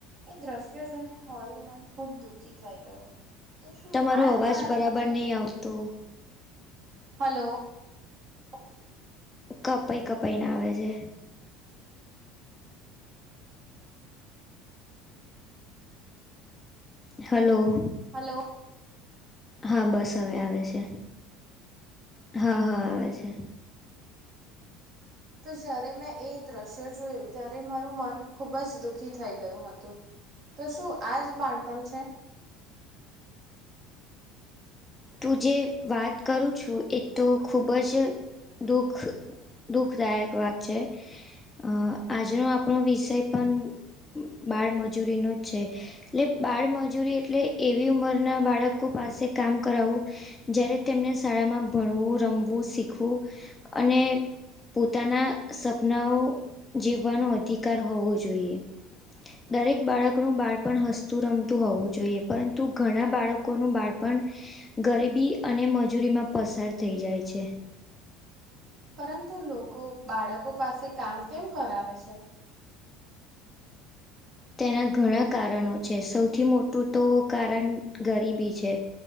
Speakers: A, on the right; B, on the left.
A: એ દ્રશ્ય જોઈને મારું મન ખુબ દુઃખી થઈ ગયું. તો શું
B: તમારો
A: આજ
B: અવાજ
A: બાળપણ
B: બરાબર
A: છે?
B: નહીં આવતો
A: હલો. <unintelligible>
B: કપાઈ કપાઈને આવે છે. હલો.
A: હલો.
B: હા, બસ અવે આવે છે. હ હ આવે છે.
A: તો જયારે મેં એ દ્રશ્ય જોયું ત્યારે મારું મન ખુબ જ દુખી થઈ ગયું હતું. તો શું આજ બાળપણ છે?
B: તું જે વાત કરું છું એ તો ખૂબ જ દુખ દુખદાયક વાત છે અહ આજનો આપણો વિષય પણ બાળમજૂરીનો છે. લે બાળમજૂરી એટલે એવી ઉંમર ના બાળકો પાસે કામ કરાવું જ્યારે તેમને શાળામાં ભણવું રમવું શીખવું અને પોતાના સપનાઓ જીવવાનો અધિકાર હોવો જોઈએ. દરેક બાળકનું બાળપણ હસતું રમતું હોવું જોઈએ પરંતુ ઘણા બાળકોનું બાળપણ ગરીબી અને મજૂરીમાં પસાર થઈ જાય છે.
A: પરંતુ લોકો બાળકો પાસે કામ કેમ કરાવે છે?
B: તેના ઘણા કારણો છે સૌથી મોટું તો કારણ ગરીબી છે.